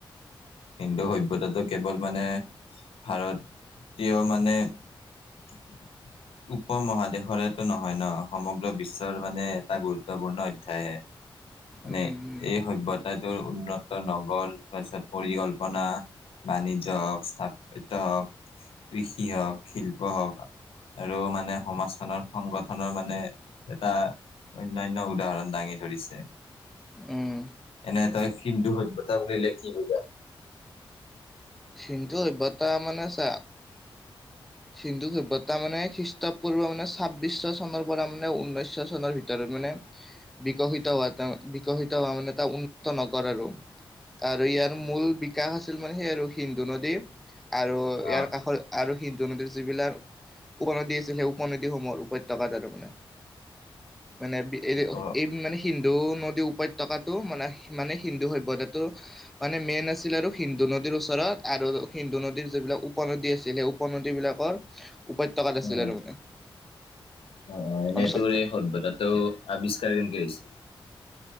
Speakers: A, on the left; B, in the centre.
A: হিন্দু সভ্যতাটো কেৱল মানে ভাৰতীয় মানে <inaudible> উপ মহাদেশৰেটো নহয় ন সমগ্ৰ বিশ্বৰ মানে এটা গুৰুত্বপূৰ্ণ অধ্যায় হে। মানে
B: উম উম
A: এই সভ্যতাটোৰ উন্নত নগ- গ'ল, পাছত পৰিকলল্পনা বাণিজ্য হওক, স্থাপিত হওঁক, কৃষি হওক, শিল্প হওক। আৰু মানে সমাজখনৰ সংগঠনৰ মানে এটা অনান্য উদাহৰণ দাঙি ধৰিছে,
B: উম
A: এনে তই সিন্ধু সভ্য তা বুলিলে কি বুজা?
B: সিন্ধু সভ্যতা মানে চা হিন্দু সভ্যতা মানে খ্ৰীষ্ট পূ্ব মানে ছাব্বিশ চনৰ পৰা মানে ঊনৈশ চনৰ ভিতৰত মানে বিকশিত হোৱা, বিকশিত হোৱা মানে ত উন্নত নগৰ আৰু। আৰু ইয়াৰ মূল বিকাশ আছিল মানে সেই আৰু সিন্ধু নদী আৰু ইয়াৰ
A: আহ
B: কাষত আৰু হিন্দু নদীৰ যিবিলাক উপনদী আছিল সেই উপনদীসমূহৰ উপত্যকাত আৰু মানে।
A: <inaudible>
B: মানে এই
A: অ
B: এই মানে হিন্দ হিন্দু নদী উপত্যকাতো মানে মানে হিন্দু সভ্যতাটো মানে মেইন আছিল আৰু সিন্ধু নদীৰ ওচৰত আৰু সিন্ধু নদীৰ যিবিলাক উপনদী আছিল সেই উপনদী বিলাকৰ উপত্যকাত আছিলে
A: অ
B: আৰু মানে
A: অ এনেই
B: অঞ্চলটো
A: তোৰ এই সভ্যতাটোৰ আৱিষ্কাৰ কেনেকে হৈছিল?